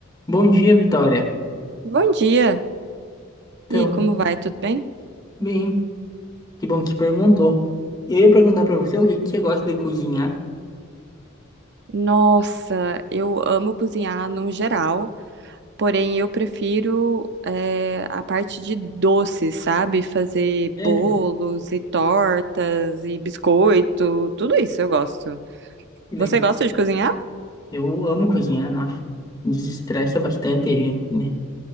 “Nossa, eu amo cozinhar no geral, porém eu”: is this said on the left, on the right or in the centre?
Right